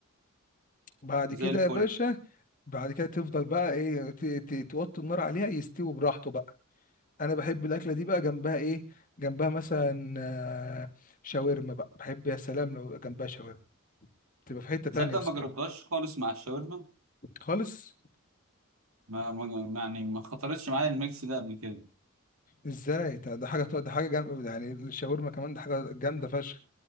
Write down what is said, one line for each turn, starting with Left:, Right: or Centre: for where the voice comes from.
Left: بعد
Right: زي
Left: كده
Right: الفل
Left: يا باشا بعد كده تفضل بقى ايه ت- ت- توطي النار عليها يستوي براحته بقى انا بحب الاكلة دي بقى جنبها ايه جنبها مثلا آه، شاورما بقى بحب يا سلام لو جنبها شاورما تبقى في حتة تانية
Right: تصدق
Left: بصراحة
Right: ما جربتهاش خالص مع الشاورما
Left: خالص
Right: ما ما- يعني ما خطرتش معايا الميكس ده قبل كده
Left: ازاي ده ده حاجة ده حاجة جامدة يعني الشاورما كمان ده حاجة جامدة فشخ